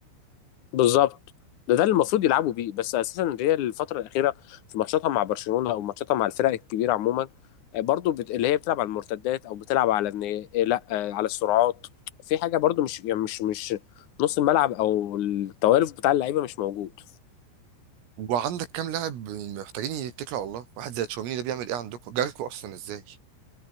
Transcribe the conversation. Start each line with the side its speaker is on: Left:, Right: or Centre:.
Left: بالظبط ده ده اللي المفروض يلعبوا بيه بس اساسا الريال الفتره الاخيره في ماتشاتها مع برشلونه او ماتشاتها مع الفرق الكبيره عموما آه، برضو بت... اللي هي بتلعب على المرتدات او بتلعب على ان إيه، لا آه، على السرعات في حاجه برضو مش يعني مش مش نص الملعب او التوالف بتاع اللعيبه مش موجود
Right: وعندك كام لاعب محتاجين يتكلوا على الله واحد زي تشاوميني ده بيعمل ايه عندكم جالكوا اصلا ازاي